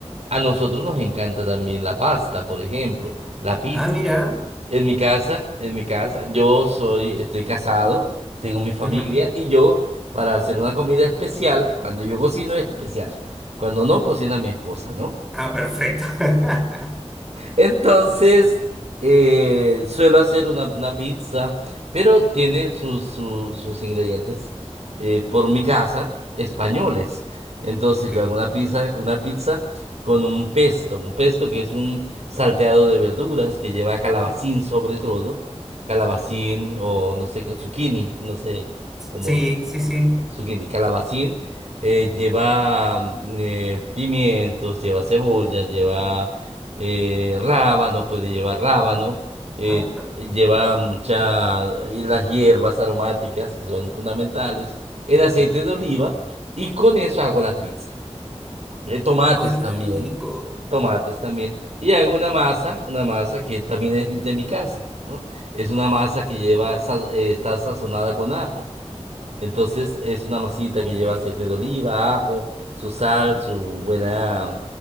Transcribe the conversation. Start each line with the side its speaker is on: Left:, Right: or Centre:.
Right: A nosotros nos encanta también la pasta, por ejemplo, la pizza.
Centre: Ah, mira.
Right: En mi casa, en mi casa, yo soy, estoy casado, tengo mi familia
Centre: Ujú.
Right: y yo para hacer una comida especial, cuando yo cocino es especial, cuando no cocina mi esposa, ¿no?
Centre: Ah, perfecto. <laughs>
Right: Entonces, eh, suelo hacer una, una pizza, pero tiene sus, su- sus ingredientes eh, por mi casa, españoles. Entonces,
Centre: Ok.
Right: yo hago una pizza, una pizza con un pesto, un pesto que es un salteado de verduras que lleva calabacín sobre todo, calabacín o no sé, zucchini, no sé cómo
Centre: Sí,
Right: lo
Centre: sí, sí.
Right: zucchini, calabacín, eh, lleva mm, eh, pimientos, lleva cebolla, lleva eh, rábano, puede llevar rábano, eh,
Centre: Ajá.
Right: lleva muchas, las hierbas aromáticas que son fundamentales, el aceite de oliva y con eso hago la pizza. Eh, tomates
Centre: ¡Ay,
Right: también,
Centre: qué rico!
Right: tomates también. Y hago una masa, una masa que también es de mi casa, ¿no? Es una masa que lleva, sa- eh, está sazonada con ajo. Entonces es una masita
Centre: Ok.
Right: que lleva aceite de oliva, ajo, su sal, su buena...